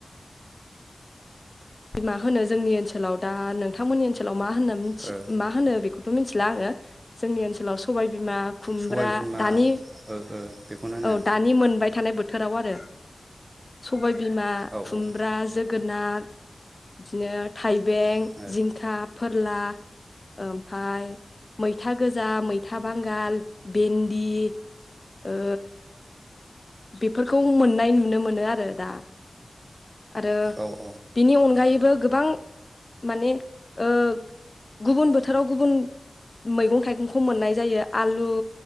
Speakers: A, on the left; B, on the right.
A: मा होनो जोंनि ओनसोलाव दा नोंथांमोननि ओनसोलाव मा होनना मिथि
B: ओ
A: मा होनो बेखौ थ' मिनथिला आङो जोंनि ओनसोलाव सबायबिमा खुम्ब्रा
B: सबाय बिमा
A: दानि
B: ओ ओ बेखौनो होनो
A: औ दा नि मोनबाय थानाय बोथोराव आरो सबायबिमा
B: औ
A: खुमब्रा
B: ओ
A: जोगोनार। बिदिनो थाइबें
B: औ
A: जिंखा फोरला। ओमफाय मैथा गोजा मैथा बांगाल भिन्दि। ओ बेफोरखौ मोननाय नुनो मोनो आरो दा आरो
B: औ ओ औ उम औ
A: बिनि अनगायैबो गोबां माने ओ गुबुन बोथोराव गुबुन मैगं-थाइगंखौ मोननाय जायो आलु,